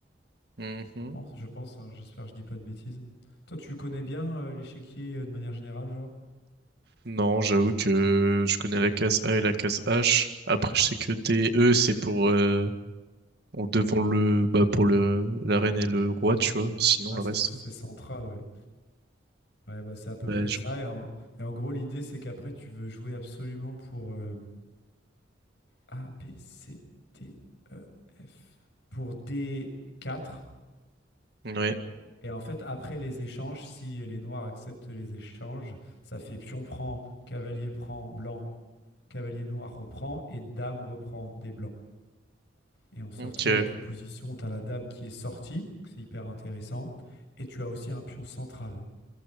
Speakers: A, on the right; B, on the left.
A: mhm.
B: je pense, je pense, hein, j'espère que je dis pas de bêtises. Toi, tu connais bien euh, l'échiquier euh, de manière générale, genre?
A: Non, j'avoue que je connais la case A et la case H. Après, je sais que D et E, c'est pour euh, en devant le bah pour le la reine et le roi, tu vois. Mais sinon,
B: Ouais,
A: le
B: c'est
A: reste,
B: c'est central, ouais. Ouais, bah c'est à peu
A: ouais,
B: près
A: je-
B: ça. Et en, et en gros, l'idée, c'est qu'après, tu veux jouer absolument pour euh, A, B, C, D, E, F. Pour D4.
A: ouais.
B: Et en fait, après les échanges, si les noirs acceptent les échanges, ça fait pion prend, cavalier prend, blanc, cavalier noir reprend et dame reprend des blancs. Et on se
A: Ok,
B: retrouve avec une position où tu as la dame qui est sortie, donc c'est hyper intéressant, et tu as aussi un pion central.